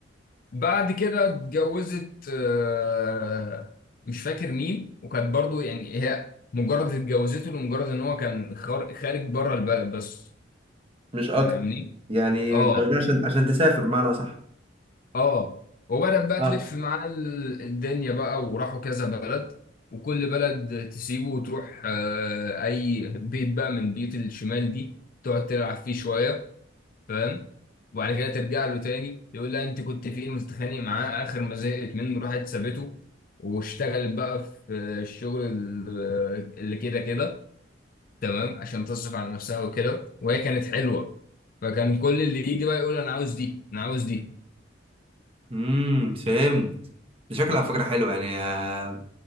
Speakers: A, on the left; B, on the right.
A: بعد كده اتجوزت آه، مش فاكر مين وكانت برضو يعني هي مجرد اتجوزته لمجرد ان هو كان خار- خارج بره البلد بس
B: مش اكتر
A: فاهمني؟
B: يعني
A: اه
B: جايبها عشان عشان تسافر معنى صح
A: اه وبدأت بقى
B: اه
A: تلف معاه ال- الدنيا بقى وراحوا كذا بلد وكل بلد تسيبه وتروح آه، اي بيت بقى من بيوت الشمال دي تقعد تلعب فيه شوية فاهم وبعد كده ترجع له تاني يقول لها انت كنت فين وتتخانق معاه اخر ما زهقت منه راحت سابته واشتغلت بقى في الشغل ال- اللي كده كده تمام عشان تصرف على نفسها وكده وهي كانت حلوه فكان كل اللي يجي بقى يقول انا عاوز دي انا عاوز دي
B: امم فهمت ده شكله على فكرة حلو يعني آه،